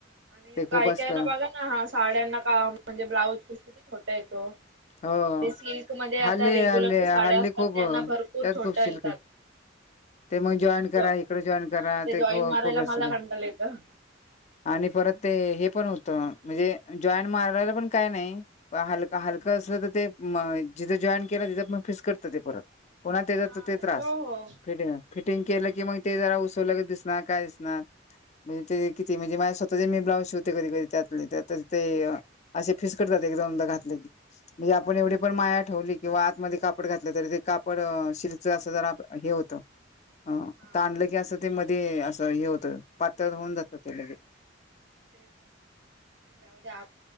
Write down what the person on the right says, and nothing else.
आणि
काय
कायना बघा ना हा साड्यांना का म्हंजे ब्लाऊज पिस किती छोटा येतो.
ते सिल्कमध्ये आता
रेग्युलरच्या
साड्या
असतात
त्यांना
भरपूर
छोट्या
येतात.
म
हा
ते जॉईन
मारायला
मला
कंटाला येतं.
हा
हो हो
तेच
ना
हा.
तेच त जाऊ द्या आप,